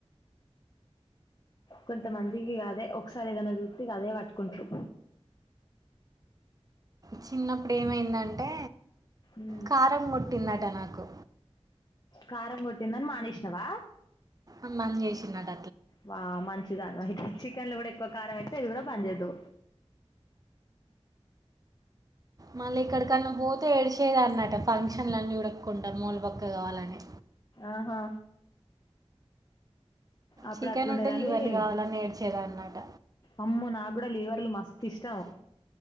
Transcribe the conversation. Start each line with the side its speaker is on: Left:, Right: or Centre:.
Left: కొంతమందికి అదే ఒకసారి ఏదనా చూత్తే అదే పట్టుకుంటారు
Right: చిన్నప్పుడు ఏమైందంటే
Left: ఊ
Right: కారం కొట్టిందట నాకు
Left: కారం గు తిందని మానేష్నవా
Right: అమ్మన్ చేష్నట
Left: వా మంచిదాను అయితే చికెన్లు కూడా ఎక్కువ కారం ఏత్తే ఇది కూడా బంద్ జేద్దు
Right: మళ్ళెక్కడికన్నా పోతే ఏడిషేదాన్నట ఫన్ క్షన్లన్నీ ఉడక్కుండా మూలు బొక్క కావాలని
Left: ఆహా అప్పుడు
Right: చికెన్
Left: అట్లుండేదానివి
Right: ఉంటే లివర్లు కావాలని ఏడ్చేదన్నట
Left: అమ్మో నాగ్గూడా లీవర్లు మస్తు తిష్టం